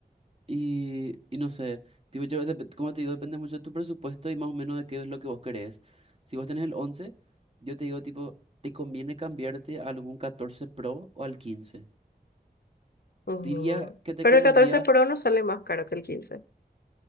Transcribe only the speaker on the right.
Y, y no sé, tipo, yo, dep- como te digo, depende mucho de tu presupuesto y más o menos de qué es lo que vos querés. Si vos tenés el 11 yo te digo, tipo, te conviene cambiarte a algún 14 Pro o al quince
Diría que te
convendría,